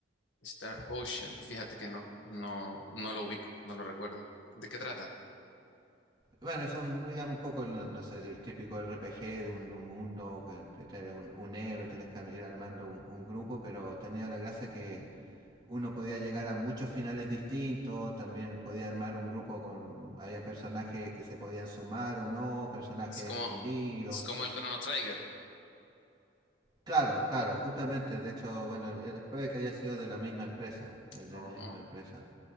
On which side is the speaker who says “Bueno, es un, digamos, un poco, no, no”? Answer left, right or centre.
Right